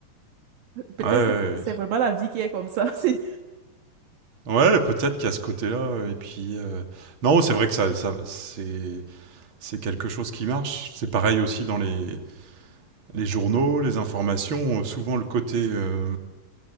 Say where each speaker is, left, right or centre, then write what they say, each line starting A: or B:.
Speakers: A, on the right; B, on the right.
A: Peut-être
B: Ouais, ouais,
A: c'est c'est
B: ouais.
A: vraiment la vie qui est comme ça. <laughs> C'est-
B: oui. Ouais, peut-être qu'à ce côté-là, euh, et puis... euh, Non, c'est vrai que ça, ça c'est c'est quelque chose qui marche. C'est pareil aussi dans les, les journaux, les informations. euh, souvent le côté... euh,